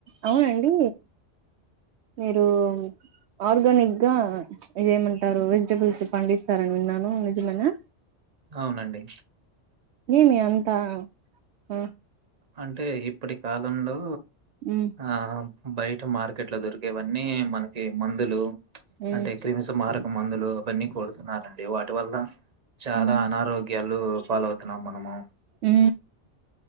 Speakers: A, on the right; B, on the right.
A: అవునండి మీరు ఆర్గానిక్ గా అదేమంటారు వెజిటబుల్స్ పండిస్తారని విన్నాను నిజమేనా
B: అవును అండి
A: ఏమి అంతా ఆ
B: అంటే ఇప్పటి కాలంలో
A: ఉమ్
B: ఆ బయట మార్కెట్లో దొరికే వన్ని మనకి మందులు ఉచ్
A: ఉమ్
B: అంటే క్రిమి సంహారక మందులు అవన్నీ కొడుతున్నారండి వాటి వల్ల చాలా
A: ఉమ్
B: అనారోగ్యాలు ఫాలో అవుతున్నాం నమో
A: ఊ